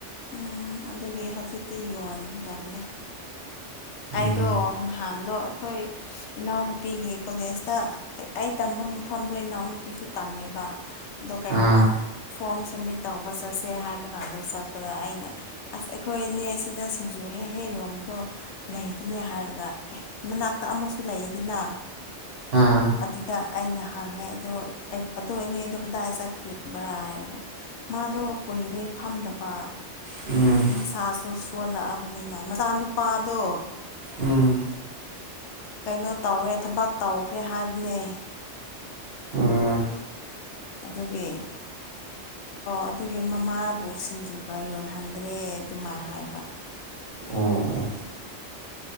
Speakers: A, on the left; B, on the right.
A: ꯎꯝ ꯑꯗꯨꯒꯤ ꯍꯧꯖꯤꯛꯇꯤ ꯌꯣꯟꯗꯕꯅꯦ
B: ꯎꯝ
A: ꯑꯩꯗꯣ ꯅꯍꯥꯟꯗꯣ ꯑꯩꯈꯣꯏ ꯏꯅꯥꯎꯅꯨꯄꯤꯒꯤ ꯀꯣꯂꯦꯖꯇ ꯇꯝꯕ ꯃꯐꯝꯗꯣ ꯏꯅꯥꯎꯅꯨꯄꯤꯁꯨ ꯇꯝꯃꯦꯕ ꯑꯗꯣ ꯀꯩꯅꯣ
B: ꯑꯥ
A: ꯐꯣꯔꯝ ꯁꯝꯃꯤꯠ ꯇꯧꯕ ꯆꯠꯁꯦ ꯍꯥꯏꯕ ꯀꯥꯟꯗ ꯆꯠꯄꯗ ꯑꯩꯅ ꯑꯁ ꯑꯩꯈꯣꯏꯅꯦ ꯁꯤꯗ ꯁꯤꯡꯖꯨ ꯍꯦꯛ ꯍꯦꯛ ꯌꯣꯕꯗꯣ ꯂꯩꯗꯤꯅꯦ ꯍꯥꯏꯔꯒ ꯑꯦ ꯃꯅꯥꯛꯇ ꯑꯃꯁꯨ ꯂꯩꯌꯦ ꯑꯗꯨꯅ
B: ꯑꯥ
A: ꯑꯗꯨꯗ ꯑꯩꯅ ꯍꯪꯉꯦ ꯑꯗꯣ ꯑꯗꯨ ꯏꯅꯦꯗꯣ ꯀꯗꯥꯏ ꯆꯠꯈ꯭ꯔꯤꯕ꯭ꯔꯥ ꯍꯥꯏꯔꯒ ꯃꯥꯗꯣ ꯀꯨꯏꯔꯦ ꯐꯝꯗꯕ ꯄꯥ
B: ꯎꯝ
A: ꯃꯁꯥꯁꯨ ꯁꯣꯜꯂꯛꯑꯕꯅꯤꯅ ꯃꯆꯥ ꯅꯨꯨꯄꯥꯗꯣ
B: ꯎꯝ
A: ꯀꯩꯅꯣ ꯇꯧꯋꯦ ꯊꯕꯛ ꯇꯧꯈ꯭ꯔꯦ ꯍꯥꯏꯕꯅꯦ
B: ꯎꯝ
A: ꯑꯗꯨꯒꯤ ꯑꯗꯨꯒꯤ ꯃꯃꯥꯕꯨ ꯁꯤꯡꯖꯨꯒ ꯌꯣꯟꯍꯟꯗ꯭ꯔꯦ ꯑꯗꯨꯃꯥꯏ ꯍꯥꯏꯕ
B: ꯎꯝ